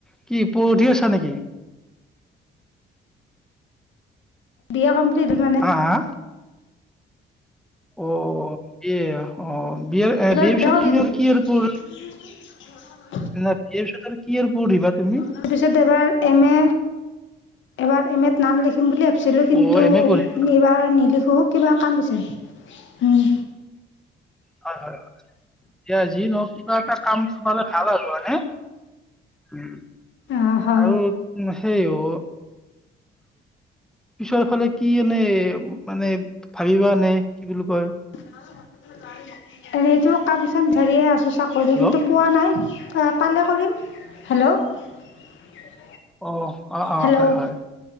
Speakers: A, in the centre; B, on the left.
A: কি পঢ়ি আছা নেকি?
B: বি এ কমপ্লিট হ'ল মানে।
A: হা', হা'? অ', বি এ। অ', বি এ এ,
B: এইবাৰ
A: বি এ পাছত
B: কমপ্লিট
A: তুমি
B: হ'ল
A: আৰু কি আৰু পঢ়
B: <inaudible>
A: নাই, বি এ পিছত আৰু কি আৰু পঢ়িবা তুমি?
B: তাৰপিছত এইবাৰ এম এ, এইবাৰ এম এত নাম লিখিম বুলি ভাবিছিলোঁ। কিন্তু
A: অ এম
B: আমি
A: এ পঢ়িবা
B: এইবাৰ নিলিখোঁ, কিবা কাম বিচাৰিম। উম।
A: হয়, হয়। এয়া যি নহক কিবা এটা কাম পালে ভাল আৰু হয়নে? উম,
B: অ হয়
A: আৰু সেইও পিছৰফালে কি এনে, মানে ভাবিবা নে কি বুলি কয়?
B: এনেইতো কাম-চাম ধৰিয়ে আছোঁ চাকৰি,
A: হেল্ল'
B: কিন্তু পোৱা নাই, পালে কৰিম। হেল্ল'!
A: অ', অ'অ',
B: হেল্ল'
A: হয় হয়।